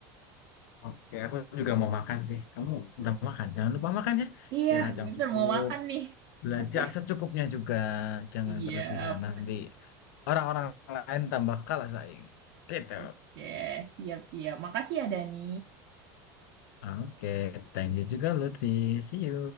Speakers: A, on the left; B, on the right.
A: Oke, aku juga mau makan sih. Kamu udah makan? Jangan lupa makan ya.
B: Iya,
A: Istirahat yang
B: bentar
A: cukup.
B: mau makan nih. <laughs>
A: Belajar
B: Oke,
A: secukupnya juga. Jangan
B: siap.
A: berlebihan. Nanti orang-orang lain tambah kalah saing. Gitu.
B: Oke, siap-siap. Makasih ya Dani.
A: Oke, thank you juga Lutfi. See you.